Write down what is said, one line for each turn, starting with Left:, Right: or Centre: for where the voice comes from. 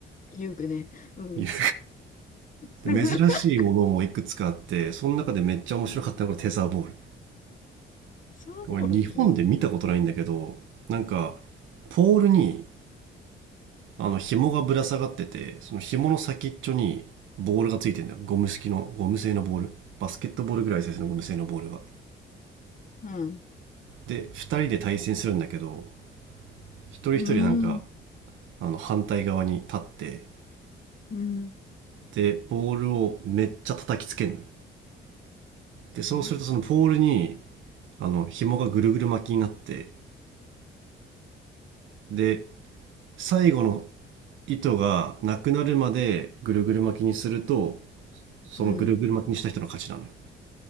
Left: 遊具ね。うん。
Right: いや
Left: <laughs>
Right: で珍しいものもいくつかあってその中でめっちゃ面白かったのがテザーボール
Left: うんサーボールってね、
Right: 俺日本で見たことないんだけどなんかポールにあの紐がぶら下がっててその紐の先っちょにボールがついてるんだよゴム式のゴム製のボールバスケットボールぐらいサイズのゴム製のボールが
Left: うん、
Right: で2人で対戦するんだけど一人一人なんか
Left: うーん、
Right: あの反対側に立って
Left: うん、
Right: でボールをめっちゃ叩きつけるのよでそうするとそのボールに
Left: うん、
Right: あの紐がぐるぐる巻きになってで最後の糸がなくなるまでぐるぐる巻きにするとそのぐるぐる巻きにした人の勝ちなのよ
Left: うん、